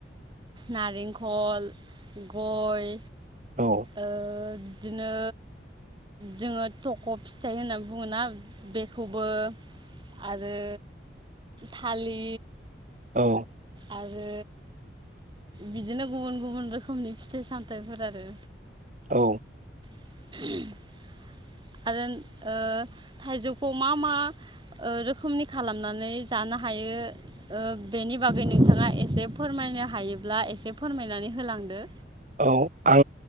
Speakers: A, on the right; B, on the right.
A: नारेंखल गय
B: औ
A: ओ बिदिनो जोङो थख' फिथाइ होनना बुङो ना बेखौबो आरो थालि
B: औ।
A: आरो बिदिनो गुबुन गुबुन रोखोमनि फिथाइ सामथाइफोर आरो।
B: औ।
A: <unintelligible> आरो ओ थाइजौखौ मा मा ओ रोखोमनि खालामनानै जानो हायो ओ बेनि बागै नोंथाङा एसे फोरमायनो हायोब्ला एसे फोरमायनानै होलांदो।
B: औ आं